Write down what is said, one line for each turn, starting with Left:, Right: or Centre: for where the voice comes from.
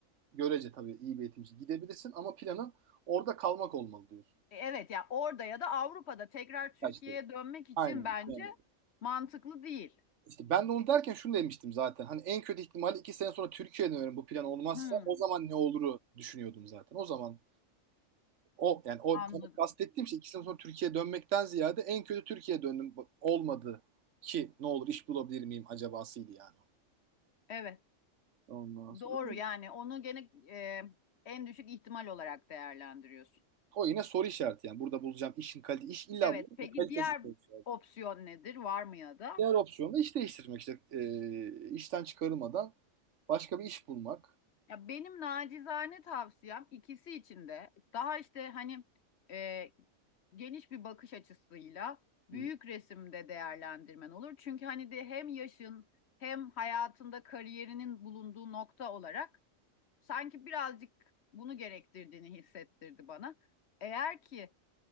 Right: görece tabii iyi bir eğitim için gidebilirsin ama planın orada kalmak olmalı diyorsun.
Left: E, Evet ya orada ya da Avrupa'da tekrar Türkiye'ye
Right: Kaçtı.
Left: dönmek için
Right: Aynen.
Left: bence
Right: Yani
Left: mantıklı değil. Evet.
Right: İşte ben de onu derken şunu demiştim zaten. Hani en kötü ihtimalle iki sene sonra Türkiye'ye dönerim bu plan olmazsa
Left: Hmm,
Right: o zaman ne oluru düşünüyordum zaten. O zaman o yani o
Left: anladım.
Right: tam kastettiğim şey iki sene sonra Türkiye'ye dönmekten ziyade en kötü Türkiye'ye döndüm olmadı ki ne olur iş bulabilir miyim acabasıydı yani.
Left: Evet
Right: Ondan sonra
Left: doğru yani onu gene e, en düşük ihtimal olarak değerlendiriyorsun.
Right: o yine soru işareti yani burada bulacağım işin kalite iş illa
Left: Evet
Right: bulacağım
Left: peki
Right: da kalitesi
Left: diğer
Right: soru işareti.
Left: opsiyon nedir? Var mı ya da?
Right: Diğer opsiyon da iş değiştirmek işte Ee, işten çıkarılmadan başka bir iş bulmak.
Left: Ya benim nacizane tavsiyem ikisi için de daha işte hani e, geniş bir bakış açısıyla büyük
Right: Hı hı.
Left: resimde değerlendirmen olur. Çünkü hani de hem yaşın hem hayatında kariyerinin bulunduğu nokta olarak sanki birazcık bunu gerektirdiğini hissettirdi bana. Eğer ki